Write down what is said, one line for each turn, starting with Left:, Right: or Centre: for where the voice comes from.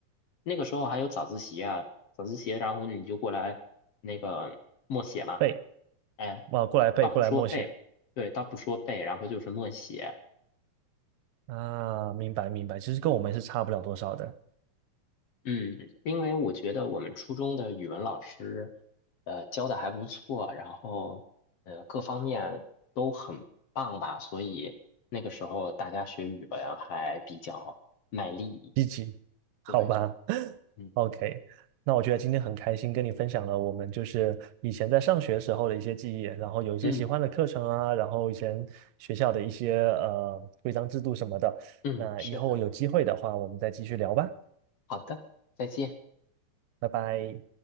Left: 那个时候还有早自习啊，早自习，然后你就过来那个默写嘛。
Right: 背，
Left: 哎，
Right: 哇，过来背，
Left: 倒不说背，
Right: 过来默写
Left: 对，倒不说背，然后就是默写。
Right: 啊，明白明白，其实跟我们是差不了多少的，
Left: 嗯，因为我觉得我们初中的语文老师，呃，教的还不错，然后呃，各方面都很棒吧，所以那个时候大家学语文还比较卖力。
Right: 积极，好吧
Left: 对，
Right: <laughs>，OK，
Left: 嗯
Right: 那我觉得今天很开心跟你分享了我们就是以前在上学时候的一些记忆，然后有一些喜欢的课程啊，
Left: 嗯
Right: 然后以前学校的一些呃规章制度什么的，
Left: 嗯，
Right: 那以后有机会的话，
Left: 是的，
Right: 我们再继续聊吧，
Left: 好的，再见。
Right: 拜拜。